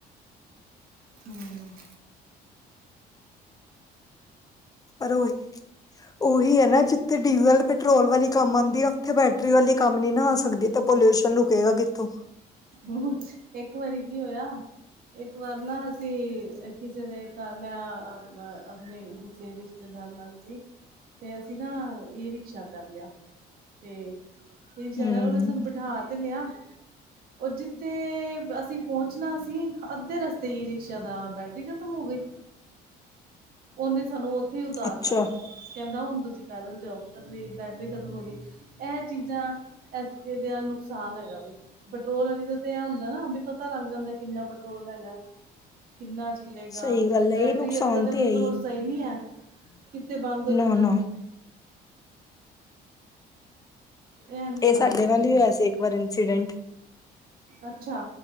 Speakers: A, on the right (about 60°); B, on the left (about 20°).
A: ਹੂੰ
B: ਪਰ ਓਹੀ- ਓਹੀ ਹੈ ਨਾ ਜਿੱਥੇ ਡੀਜ਼ਲ ਪੈਟਰੋਲ ਵਾਲੀ ਕੰਮ ਆਂਦੀ ਆ। ਉਥੇ ਬੈਟਰੀ ਵਾਲੀ ਕੰਮ ਨੀ ਨਾ ਆ ਸਕਦੀ ਤੇ ਪੋਲਿਊਸ਼ਨ ਰੁਕੇਗਾ ਕਿੱਥੋਂ।
A: ਉਹੋ ਏਕ ਵਾਰੀ ਕੀ ਹੋਇਆ। ਇੱਕ ਵਾਰ ਨਾ ਅਸੀ ਕਿਸੇ ਦੇ ਘਰ ਮੈਂ ਅ ਅਪਣੇ ਕਿਸ਼ੇ ਰਿਸ਼ਤੇ ਤੇ ਦਾਰ <unintelligible> ਨਾਲ ਸੀ ਤੇ ਅਸੀਂ ਨਾ ਈ ਰਿਕਸ਼ਾ ਕਰ ਲਿਆ ਤੇ <unintelligible> ਉਹਨੇ
B: ਹਮ
A: ਸਾਨੂੰ ਬਿਠਾ ਤੇ ਲਿਆ। ਓਹ ਜਿੱਥੇ ਅਸੀਂ ਪਹੁੰਚਣਾ ਸੀ ਅੱਧੇ ਰਸਤੇ ਹੀ ਈ-ਰਿਕਸ਼ਾ ਦਾ ਬੈਟਰੀ ਖ਼ਤਮ ਹੋ ਗਈ। ਉਨੇ ਸਾਨੂੰ ਉਥੇ ਹੀ ਉਤਾਰਤਾ।
B: ਅੱਛਾ
A: ਕਹਿੰਦਾ ਹੁਣ ਤੁਸੀ ਪੈਦਲ ਜਾਓ 'ਚ ਰੀ ਬੈਟਰੀ ਖ਼ਤਮ ਹੋਗੀ ਐਹ ਚੀਜ਼ਾਂ ਐਸ ਦੇ ਦੇ ਆ ਨੁਕਸਾਨ ਹੈਗਾ ਵੇ। ਪੈਟਰੋਲ ਆਲੀ ਦਾ ਤੇ ਐ ਹੁੰਦਾ ਨਾ ਬਈ ਪਤਾ ਲੱਗ ਜਾਂਦਾ ਕਿੰਨਾ ਪੈਟਰੋਲ ਹੈਗਾ ਕਿੰਨਾ 'ਚ ਚਲੇਗਾ
B: ਸਹੀ ਗੱਲ ਹੈ
A: ਬੈਟਰੀ
B: ਇਹ ਨੁਕਸਾਨ
A: ਆਲੇ ਦਾ ਤਾਂ
B: ਤੇ
A: ਕੋਈ
B: ਹੈ
A: ਭਰੋਸਾ ਹੀ ਨੀ ਹੈ ਕਿੱਥੇ ਬੰਦ ਹੋ ਜਾਂਣੈ
B: ਨਾ ਨਾ
A: ਐਨੇ। ਇਹ ਨੁਕਸਾਨ
B: ਏਹ ਸਾਡੇ
A: ਹੈਗੇ
B: ਨਾਲ
A: ਨੇ
B: ਹੀ
A: ਬਸ
B: ਹੋਇਆ ਸੀ ਇੱਕ ਵਾਰ ਇੰਸੀਡੈਂਟ।
A: ਅੱਛਾ